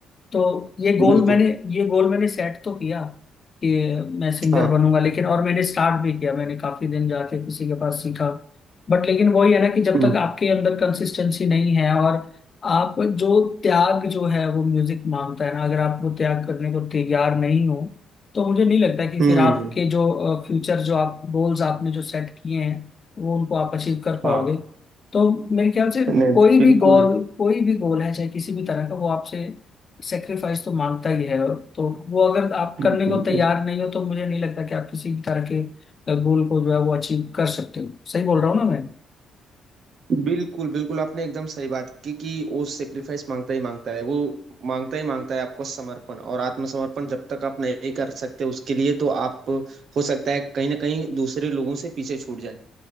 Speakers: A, on the left (about 40°); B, on the right (about 65°).
A: तो ये गोल
B: बिल्कुल
A: मैंने ये गोल मैंने सेट तो किया कि मैं सिंगर
B: हाँ
A: बनूंगा लेकिन और मैंने स्टार्ट भी किया मैंने काफी दिन जाके किसी के पास सीखा बट लेकिन वही है ना कि जब
B: हम्म
A: तक आपके अंदर कंसिस्टेंसी नहीं है और आप जो त्याग जो है वो म्यूजिक मांगता है ना अगर आप वो त्याग करने को तैयार नहीं हो तो मुझे नहीं लगता कि
B: हम्म,
A: फिर आपके जो फ्यूचर जो आप गोल्स आपने जो सेट किए हैं वो उनको आप अचीव कर पाओगे
B: हाँ
A: तो मेरे ख्याल से
B: नहीं
A: कोई
B: बिल्कुल
A: भी गोल कोई भी गोल है चाहे किसी भी तरह का वो आपसे सेक्रीफाइस तो मांगता ही है तो वो अगर आप
B: बिल्कुल
A: करने को तैयार नहीं हो तो मुझे नहीं लगता कि आप किसी भी तरह के गोल को जो है वो अचीव कर सकते हो सही बोल रहा हूँ ना मैं
B: बिल्कुल बिल्कुल आपने एकदम सही बात की कि वो सेक्रीफाइस मांगता ही मांगता है वो मांगता ही मांगता है आपको समर्पण और आत्मसमर्पण जब तक आप नहीं कर सकते उसके लिए तो आप हो सकता है कहीं ना कहीं दूसरे लोगों से पीछे छूट जाए